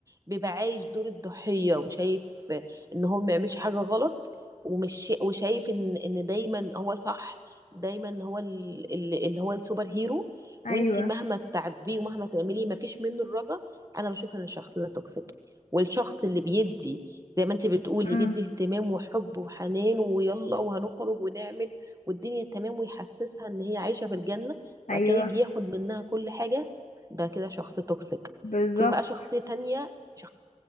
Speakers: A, on the right; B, on the left.
A: بيبقى عايش دور الضحية وشايف ان هو ما يعملش حاجة غلط ومش وشايف ان ان دايما هو صح دايما هو ال- ال- اللي هو السوبر هيرو
B: ايوه
A: وانتي مهما تعاتبيه ومهما تعملي ما فيش منه الرجا انا بشوف ان الشخص ده توكسيك والشخص اللي بيدي زي ما انتي بتقولي
B: امم
A: بيدي اهتمام وحب وحنان ويلا وهنخرج ونعمل والدنيا تمام ويحسسها ان هي عايشة في الجنة وبعد
B: ايوه
A: كده يجي ياخد منها كل حاجة ده كده شخص توكسيك
B: بالظبط
A: في بقى شخصية تانية شخ...